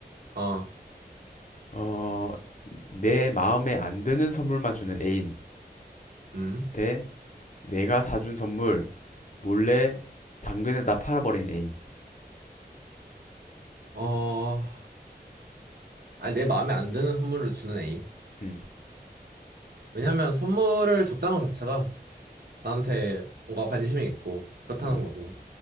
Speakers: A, on the right; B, on the left.
A: 어,
B: 어, 내 마음에 안 드는 선물만 주는 애인
A: 음.
B: 대 내가 사준 선물 몰래 당근에다 팔아버린 애인.
A: 어, 아니, 내 마음에 안 드는 선물을 주는 애인.
B: 음,
A: 왜냐면 선물을 줬다는 것 자체가 나한테 뭔가 관심이 있고 그렇다는
B: 음,
A: 거고.